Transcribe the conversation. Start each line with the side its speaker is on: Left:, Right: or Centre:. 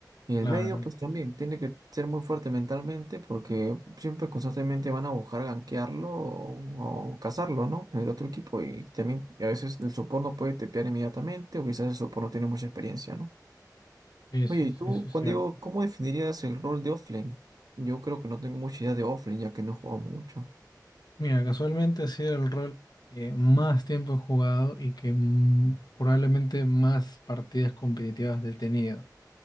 Right: Y
Left: Claro,
Right: el medio, pues también tiene que ser muy fuerte mentalmente porque siempre constantemente van a buscar gankearlo o, o cazarlo, ¿no? En El otro equipo. Y también a veces el support no puede tepear inmediatamente o quizás el support no tiene mucha experiencia, ¿no?
Left: sí,
Right: Oye,
Left: sí,
Right: ¿y
Left: sí,
Right: tú,
Left: eso es
Right: Juan
Left: cierto.
Right: Diego, cómo definirías el rol de offlane? Yo creo que no tengo mucha idea de offlane ya que no he jugado mucho.
Left: Mira, casualmente ha sido el rol que más tiempo he jugado y que mm, probablemente más partidas competitivas he tenido.